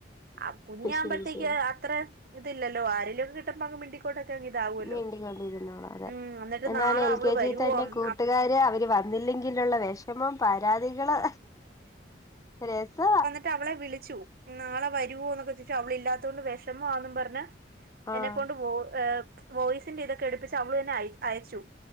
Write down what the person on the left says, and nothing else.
ശരി ശരി
ഞണ്ടിക്കൊണ്ടിരുന്നോളും അതെ
എന്നാൽ
എൽ
കെ
ജി തന്നെ
കൂട്ടുകാര് അവര് വന്നില്ലെങ്കിലുള്ള വെഷമം പരാതികള് രസാ
ആഹ്